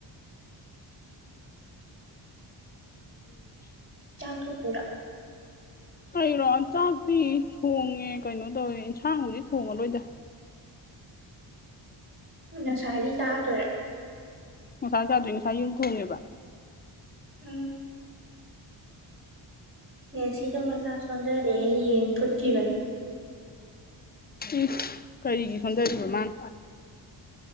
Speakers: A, on the left (about 20°); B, on the right (about 25°).
A: ꯎꯝ
B: ꯆꯥꯛ ꯊꯣꯡꯏꯔꯣ
A: <inaudible> ꯀꯩꯔꯣ ꯆꯥꯛꯇꯤ ꯊꯣꯡꯉꯦ ꯀꯩꯅꯣ ꯇꯧꯋꯦ ꯏꯟꯁꯥꯡꯕꯨꯗꯤ ꯊꯣꯡꯉꯔꯣꯏꯗ
B: ꯎꯝ ꯉꯁꯥꯏꯒꯤ ꯆꯥꯗꯣꯏꯔ
A: ꯉꯁꯥꯏ ꯆꯥꯗ꯭ꯔꯤ ꯉꯁꯥꯏ ꯌꯨꯝ ꯊꯣꯡꯉꯦꯕ
B: ꯎꯝ ꯅꯦꯁꯤꯗꯣ
A: ꯎꯝ
B: ꯃꯁꯥ ꯁꯣꯟꯗꯔꯦꯌꯦ ꯌꯦꯟ ꯐꯨꯠꯈꯤꯕꯅꯤ
A: ꯎꯝ ꯀꯔꯤꯒꯤ ꯁꯣꯟꯗꯔꯤꯕ ꯃꯥꯟ